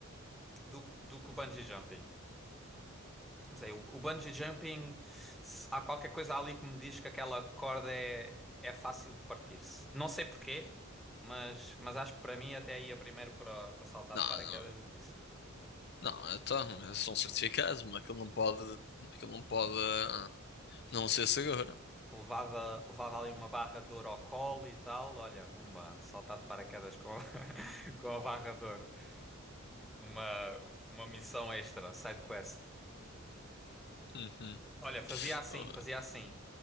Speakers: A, in the centre; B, on the left (about 50°).
A: do, do que o bungee jumping. Não sei, o, o bungee jumping, se- há qualquer coisa ali que me diz que aquela corda é, é fácil de partir-se. Não sei porquê, mas, mas acho que para mim até ia primeiro para, para saltar
B: Não,
A: de paraquedas
B: não.
A: do que isso.
B: Não, então, são certificados, mas aquilo não pode, aquilo não pode ah, não ser seguro.
A: Levava, levava ali uma barra de ouro ao colo e tal. Olha, bumba, saltar de paraquedas com, <laughs> com a barra de ouro. Uma, uma missão extra, side quest.
B: Uhum.
A: Olha, fazia assim,
B: Uh,
A: fazia assim.